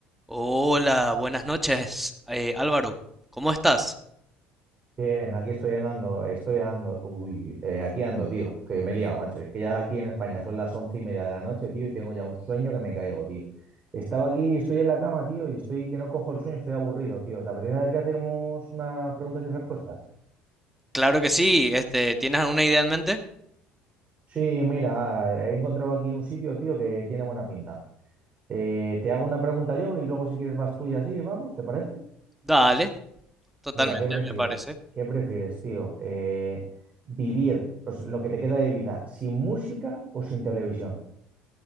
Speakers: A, in the centre; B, on the right (about 35°).
A: Hola, buenas noches, eh, Álvaro. ¿Cómo estás?
B: Bien, aquí estoy andando, estoy andando, uy, eh, aquí ando, tío, que me he liado, macho. Es que ya aquí en España son las once y media de la noche, tío, y tengo ya un sueño que me caigo, tío. Estaba aquí y estoy en la cama, tío, y estoy que no cojo el sueño, estoy aburrido, tío. ¿Te apetece que hacemos unas preguntas y respuestas?
A: Claro que sí. Este, ¿tienes alguna idea en mente?
B: Sí, mira, he encontrado aquí un sitio, tío, que tiene buena pinta. Eh, te hago una pregunta yo y luego si quieres vas tú y así, vamos, ¿te parece?
A: Dale, totalmente,
B: Mira, ¿qué prefieres?
A: me parece.
B: ¿Qué prefieres, tío? Eh, ¿vivir pues, lo que te queda de vida sin música o sin televisión?